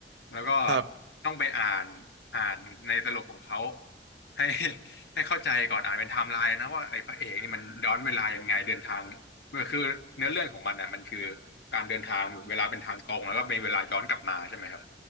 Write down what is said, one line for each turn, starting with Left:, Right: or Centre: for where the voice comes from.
Left: แล้วก็
Right: ครับ
Left: ต้องไปอ่านอ่านในสรุปของเขาให้ <laughs> ให้เข้าใจก่อนอ่านเป็นไทม์ไลน์นะว่าไอ้พระเอกนี่มันย้อนเวลายังไงเดินทางมันคือเนื้อเรื่องของมันอ่ะมันคือการเดินทางเวลาเป็นทางตรงแล้วก็มีเวลาย้อนกลับมาใช่ไหมครับ